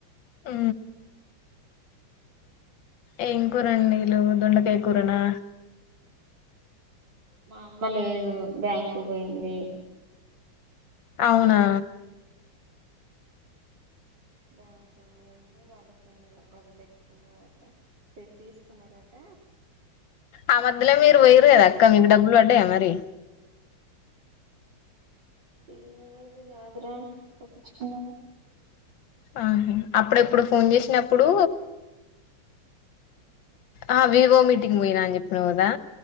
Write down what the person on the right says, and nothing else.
మా అమ్మ లేదు బ్యాంకు పోయింది
బ్యాంకు ఏంది వాళ్ళకి డబ్బులు ఎట్టుకున్నారట తీసుకున్నారట
ఏది కాదుర పప్పించుకున్నా